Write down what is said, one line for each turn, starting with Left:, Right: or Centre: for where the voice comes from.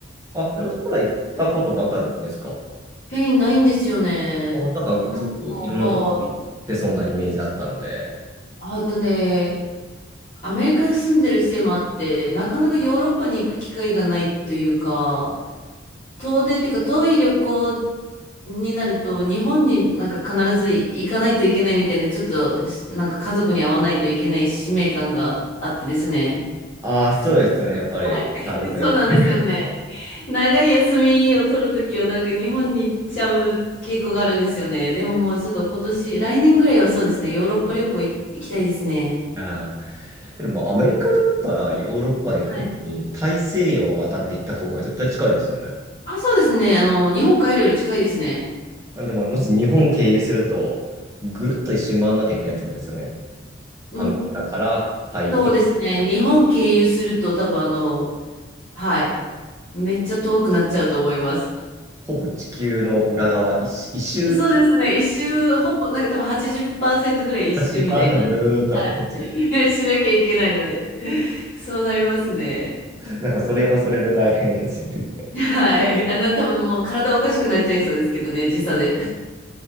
Right: あ、皆さんから行ったことなかったですか
Left: スペインないんですよね。
Right: なんか、
Left: なんか、
Right: すごくいろんなとこ行ってそうなイメージだったので。
Left: はい。あとね、アメリカに住んでるせいもあって、なかなかヨーロッパに行く機会がないというか、遠出っていうか遠い旅行になると、日本になんか必ず行かないといけないみたいな、ちょっとなんか家族に会わないといけない使命感があってですね。
Right: ああ、そうですよね。やっぱり、
Left: はい。<laughs>
Right: 家族で行って。
Left: そうなんですよね。長い休みを取るときはなんか日本に行っちゃう傾向があるんですよね。でももうちょっと今年、来年ぐらいはそうですね、ヨーロッパ旅行い行きたいですね。
Right: ああ。けど、まあ、アメリカだったらヨーロッパ行くのに、
Left: はい
Right: 大西洋を渡って行った方が絶対近いですよね。
Left: あ、そうですね。あの、日本帰るより近いですね。
Right: あ、でも、もし日本経由すると、ぐるっと一周回らなきゃいけないってことですよね。
Left: うん、
Right: アメリカから太平洋、
Left: そうですね。日本経由すると多分あの、はい。めっちゃ遠くなっちゃうと思います。
Right: ほぼ地球の裏側、一周、一周
Left: そうですね。一周、ほぼ、なんか多分80%ぐらい一周みたいな。
Right: 80%ぐるーっと回ってる。
Left: はい。<laughs> しなきゃいけないので。そうなりますね。
Right: なんか、それはそれで大変ですよね。
Left: はい。あんな多分もう体おかしくなっちゃいそうですけどね、時差で。